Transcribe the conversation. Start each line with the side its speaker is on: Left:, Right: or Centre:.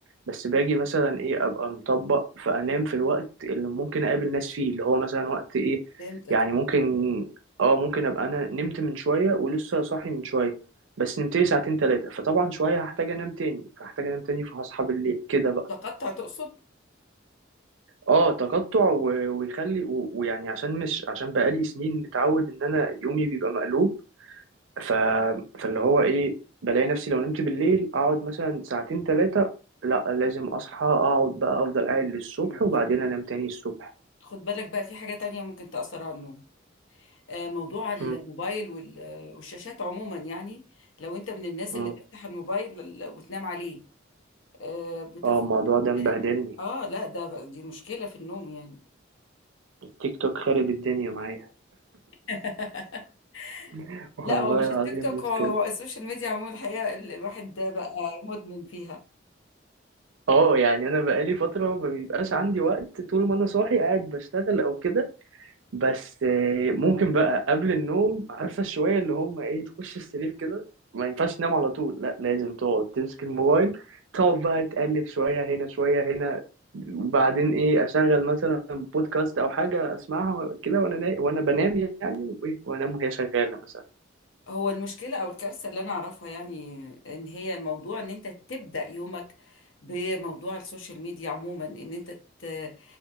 Right: بس باجي مثلا ايه ابقى مطبق فانام في الوقت اللي ممكن اقابل ناس فيه اللي هو مثلا وقت ايه
Left: فهمتك
Right: يعني ممكن اه ممكن ابقى انا نمت من شويه ولسه صاحي من شويه بس نمت لي ساعتين ثلاثه فطبعا شويه هحتاج انام تاني فهحتاج انام تاني فهصحى بالليل كده بقى
Left: تقطع تقصد
Right: اه تقطع و- ويخلي و- ويعني عشان مش عشان بقالي سنين متعود ان انا يومي بيبقى مقلوب ف... فاللي هو ايه بلاقي نفسي لو نمت بالليل اقعد مثلا ساعتين ثلاثة لا لازم اصحى اقعد بقى افضل قاعد للصبح
Left: مم.
Right: وبعدين انام تاني الصبح
Left: خد بالك بقى في حاجة تانية ممكن تأثر على النوم آه، موضوع الموبايل
Right: م-
Left: وال- آه، والشاشات عموما يعني لو انت من الناس
Right: م.
Left: اللي تفتح الموبايل وال- وتنام عليه آه، بتف...
Right: اه الموضوع ده مبهدلني
Left: اه آه، لا ده دي مشكلة في النوم يعني
Right: التيك توك خارب الدنيا معايا
Left: <laughs>
Right: <laughs> والله
Left: لا هو مش
Right: العظيم
Left: التيك توك
Right: مشكلة
Left: هو هو السوشيال ميديا عموما الحقيقة ال- الواحد ده بقى مدمن فيها
Right: اه يعني انا بقالي فترة ما بيبقاش عندي وقت طول ما انا صاحي قاعد بشتغل او كده بس آه، ممكن بقى قبل النوم عارفة شوية اللي هم ايه تخش السرير كده ما ينفعش تنام على طول لا لازم تقعد تمسك الموبايل تقعد بقى تقلب شوية هنا شوية هنا وبعدين ايه اشغل مثلا بودكاست او حاجة اسمعها كده وانا نا... وانا بنام يعني وايه وانام وهي شغالة مثلا
Left: هو المشكلة أو الكارثة اللي أنا أعرفها يعني إن هي موضوع إن أنت تبدأ يومك بموضوع السوشيال ميديا عموما إن أنت ت... آه،